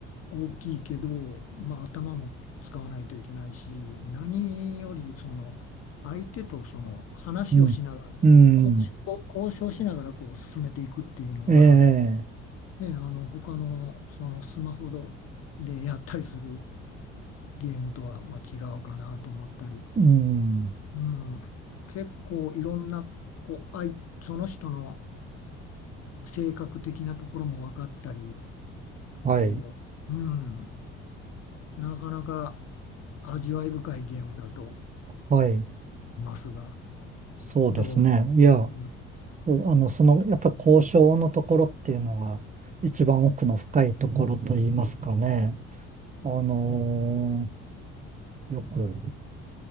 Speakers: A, on the left; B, on the right.
A: 大きいけど、まあ、頭も使わないといけないし、何よりその相手とその話をしながら、
B: うん。うん。
A: 交渉、交渉しながらこう進めていくっていうのが、
B: ええ。
A: ね、あの他のそのスマホでやったりするゲームとはまあ違うかなと思ったり、
B: うん。
A: うん、結構いろんなこう相その人の性格的なところも分かったり、
B: はい。
A: こう、うん。なかなか味わい深いゲームだと思
B: はい。
A: いますが、
B: そうですね。
A: どう思
B: いや、
A: ううん
B: そうあの、その、やっぱ交渉のところっていうのが一番奥の深いところといいますかね。あのーよく